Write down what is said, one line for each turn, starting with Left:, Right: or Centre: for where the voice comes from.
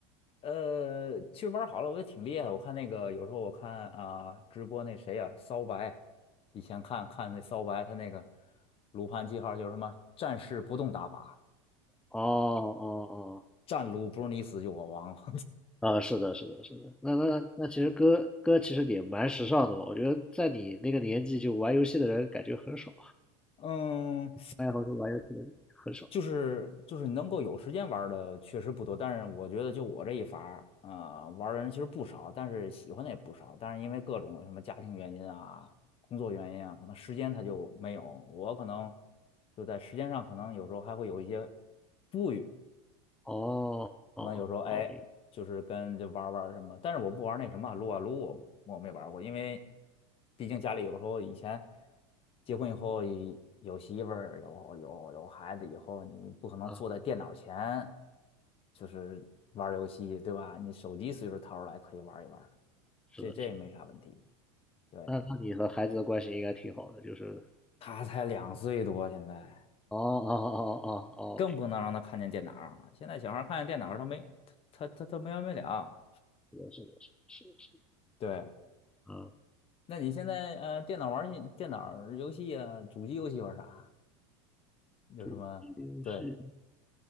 Left: 呃，其实玩好了，我觉得挺厉害。我看那个有时候我看啊、直播那谁呀、骚白，以前看看那骚白他那个鲁班记号就是什么战士不动打法，
Centre: 哦哦哦。
Left: 战鲁不是你死就我亡。<laughs>
Centre: 啊，是的，是的，是的。那那那，那其实哥哥其实也蛮时尚的嘛。我觉得在你那个年纪，就玩游戏的人感觉很少，
Left: 嗯，
Centre: 爱好就玩游戏的人很少。
Left: 就是就是能够有时间玩儿的确实不多，但是我觉得就我这一法儿，啊、玩儿的人其实不少，但是喜欢的也不少，但是因为各种什么家庭原因啊、工作原因啊，可能时间他就没有，我可能就在时间上可能有时候还会有一些富裕，
Centre: 哦哦哦，
Left: 可能有时候哎，
Centre: 明
Left: 就是跟就玩儿玩儿什么，但是我不玩儿那什么撸啊撸，我我没玩儿过，因为毕竟家里有时候以前结婚以后以有媳妇儿，有有有孩子以后，你不可能坐在电脑前
Centre: 白啊，
Left: 就是玩儿游戏，对吧？你手机随时掏出来可以玩儿一玩儿
Centre: 是的，
Left: 这这也没啥问题。
Centre: 是的。
Left: 对，
Centre: 那那你和孩子的关系应该挺好的，就是
Left: 他才两岁多，现在
Centre: 哦哦哦哦哦，
Left: 更不能让他看见电脑儿现在小孩儿看见电脑儿他没他他他没完没了。
Centre: 明白，是的，是的，是的，是
Left: 对。
Centre: 的，啊，
Left: 那你现在呃，电脑玩儿电脑儿游戏啊，主机游戏玩儿啥？有什么？
Centre: 主机游戏
Left: 对，